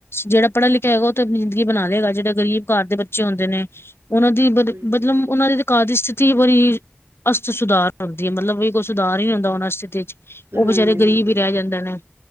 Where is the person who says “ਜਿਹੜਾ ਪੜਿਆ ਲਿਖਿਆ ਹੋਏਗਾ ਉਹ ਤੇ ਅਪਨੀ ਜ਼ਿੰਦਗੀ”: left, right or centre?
Left